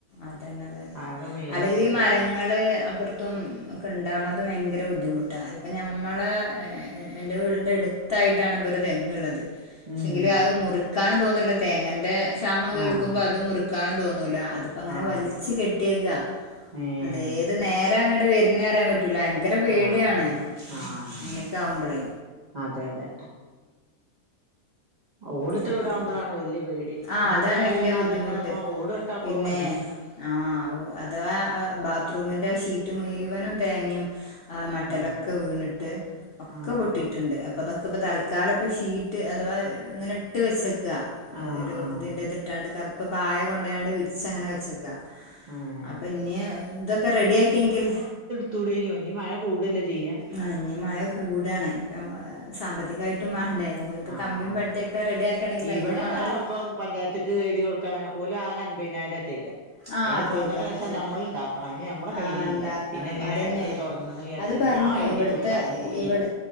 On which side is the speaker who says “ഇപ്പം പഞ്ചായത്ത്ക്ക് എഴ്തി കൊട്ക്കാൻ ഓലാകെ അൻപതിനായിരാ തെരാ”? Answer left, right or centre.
Right